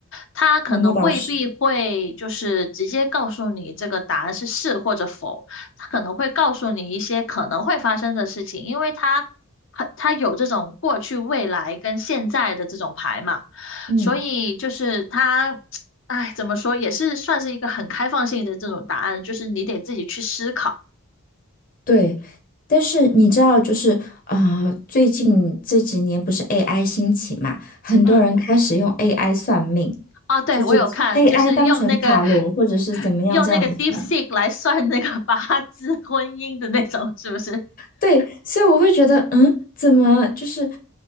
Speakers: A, on the left (about 60°); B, on the left (about 40°).
A: 它可能未必会就是直接告诉你这个答案是是或者否，
B: 哦那倒是，
A: 它可能会告诉你一些可能会发生的事情，因为它很它有这种过去、未来跟现在的这种牌嘛，
B: 嗯，
A: 所以就是它，<tsk> 哎，怎么说也是算是一个很开放性的这种答案，就是你得自己去思考。
B: 对。但是你知道，就是啊、呃最近这几年不是 AI 兴起嘛，很多人开始用
A: 嗯。
B: AI 算命，
A: 啊，对，
B: 就是
A: 我有看，
B: AI
A: 就是用那个
B: 当成塔罗或者是怎么样这样子算。
A: 用那个 DeepSeek 来算那个八字婚姻的那种，是不是？
B: 对，所以我会觉得，嗯，怎么就是